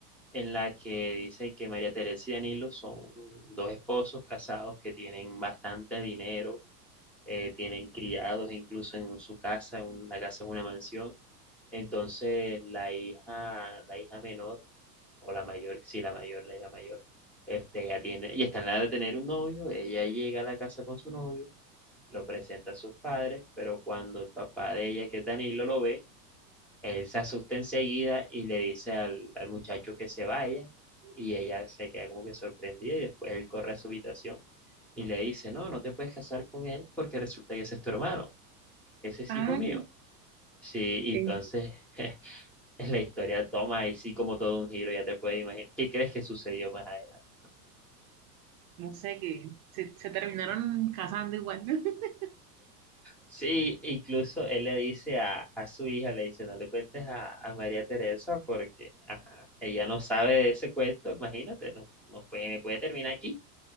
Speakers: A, in the centre; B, on the right (about 55°).
A: en la que dicen que María Teresa y Danilo son dos esposos casados que tienen bastante dinero, eh, tienen criados incluso en su casa, en una casa es una mansión. Entonces, la hija, la hija menor o la mayor, sí, la mayor, la ya mayor, este, ella tiene, y está en la edad de tener un novio, ella llega a la casa con su novio, lo presenta a sus padres, pero cuando el papá de ella, que es Danilo, lo ve, él se asusta enseguida y le dice al, al muchacho que se vaya, y ella se queda como que sorprendida, y después él corre a su habitación y le dice, no, no te puedes casar con él porque resulta que ese es tu hermano, ese es
B: Ay,
A: hijo mío. Sí, y
B: eh,
A: entonces <laughs> la historia toma ahí sí como todo un giro, ya te puedes imaginar. ¿Qué crees que sucedió más adelante?
B: no sé, que se, se terminaron casando igual. <laughs>
A: Sí, incluso él le dice a, a su hija, le dice, no le cuentes a, a María Teresa porque ajá, ella no sabe de ese cuento, imagínate, no, no puede, me puede terminar aquí.